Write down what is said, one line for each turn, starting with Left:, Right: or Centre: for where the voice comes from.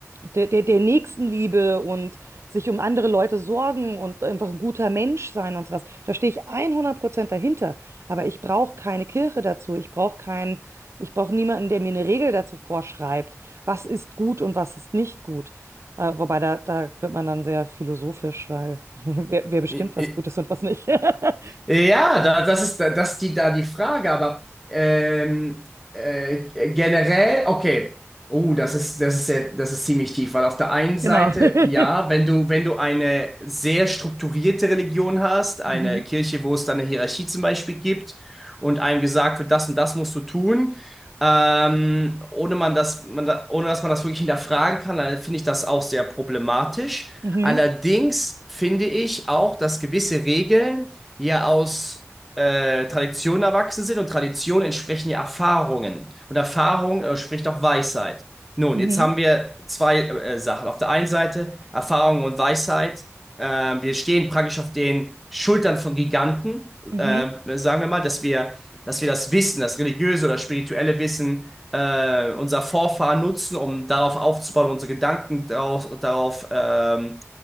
Right: der, der, der Nächstenliebe und sich um andere Leute sorgen und einfach ein guter Mensch sein und sowas. Da stehe ich hundert Prozent dahinter. Aber ich brauche keine Kirche dazu. Ich brauche keinen, ich brauche niemanden, der mir eine Regel dazu vorschreibt, was ist gut und was ist nicht gut. Äh, wobei da, da wird man dann sehr philosophisch, weil <laughs> wer, wer bestimmt,
Centre: I-
Right: was
Centre: i-
Right: gut ist und was nicht. <laughs>
Centre: Ja, da, das ist, das ist die, da die Frage, aber ähm, äh, generell, okay. Oh, das ist, das ist, sehr- das ist ziemlich tief, weil auf der einen
Right: Genau.
Centre: Seite,
Right: <laughs>
Centre: ja, wenn du, wenn du eine sehr strukturierte Religion hast, eine
Right: Mhm.
Centre: Kirche, wo es dann eine Hierarchie zum Beispiel gibt und einem gesagt wird, das und das musst du tun, ähm, ohne man das, man da, ohne dass man das wirklich hinterfragen kann, dann finde ich das auch sehr problematisch.
Right: Mhm.
Centre: Allerdings finde ich auch, dass gewisse Regeln, ja aus äh, Traditionen erwachsen sind und Traditionen entsprechen ja Erfahrungen. Und Erfahrung äh, spricht auch Weisheit. Nun,
Right: Mhm.
Centre: jetzt haben wir zwei äh, Sachen. Auf der einen Seite Erfahrung und Weisheit. Ähm, wir stehen praktisch auf den Schultern von Giganten,
Right: Mhm.
Centre: äh, sagen wir mal, dass wir, dass wir das Wissen, das religiöse oder spirituelle Wissen äh, unserer Vorfahren nutzen, um darauf aufzubauen, unsere Gedanken darauf, darauf ähm,